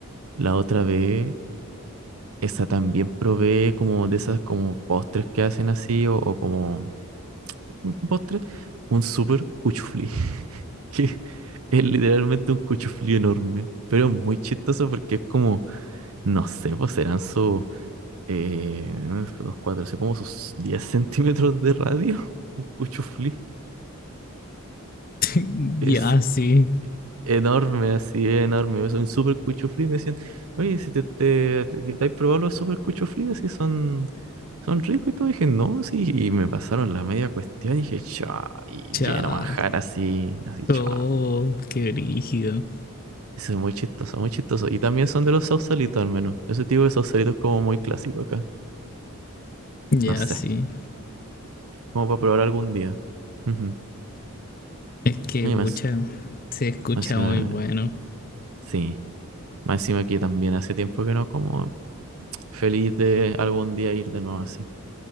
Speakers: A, on the right; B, on the left.
A: La otra vez Esa también provee como de esas como postres que hacen así o, o como un postre, un super cuchuflí, <laughs> que es literalmente un cuchuflí enorme, pero es muy chistoso porque es como, no sé, pues serán sus, eh, unos dos, cuatro, así como sus 10 centímetros de radio, <laughs> un cuchuflí,
B: <laughs>
A: es
B: Ya, sí,
A: enorme, así es enorme, es un super cuchuflí, me decían, oye, si te, te, te- que te has probado los super cuchuflí, así son son ricos y todo. Dije, no, sí. Y me pasaron la media cuestión. Dije, cha. Y
B: ya.
A: lleno manjar así, así, cha.
B: Oh, qué brígido.
A: Eso es muy chistoso, muy chistoso. Y también son de los sausalitos, al menos. Ese tipo de sausalito es como muy clásico acá.
B: Ya
A: No sé.
B: sí.
A: Como para probar algún día. Ujú.
B: Es que,
A: Oye,
B: pucha,
A: más,
B: se escucha
A: más encima,
B: muy bueno.
A: sí. Más encima que también hace tiempo que no como. Feliz de algún día ir de nuevo así.